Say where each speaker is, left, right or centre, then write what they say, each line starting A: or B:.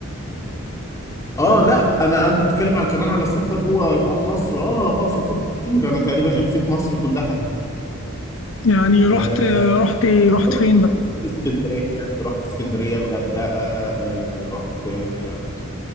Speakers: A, on the left; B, on the left.
A: اه لا انا انت بتتكلم على كمان على السفر جوه جوه مصر اه اه سافرت كتير انا تقريبا لفيت مصر كلها
B: يعني رحت
A: آه،
B: آه، رحت ايه؟ رحت
A: رحت
B: فين بقى
A: اسكندريه رحت اسكندريه الغردقه آه، رحت آه،